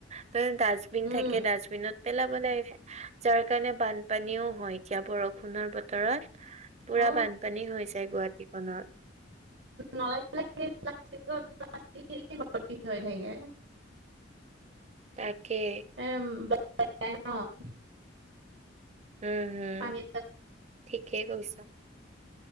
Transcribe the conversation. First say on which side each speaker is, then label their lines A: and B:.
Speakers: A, on the right (about 35°); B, on the right (about 70°).
A: তাতে ডাষ্টবিন
B: উম,
A: থাকে ডাষ্টবিনত পেলাব লাগে যাৰ কাৰণে বানপানীও হয় এতিয়া বৰষুণৰ বতৰত। পুৰা
B: অ',
A: বানপানী হৈছে গুৱাহাটীখনত।
B: নলাই বিলাকে প্লাষ্টিক প্লাক <inaudible> বৰ্তি হৈ থাকে।
A: তাকে।
B: <inaudible>
A: উম হুম,
B: পানী
A: ঠিকেই কৈছা।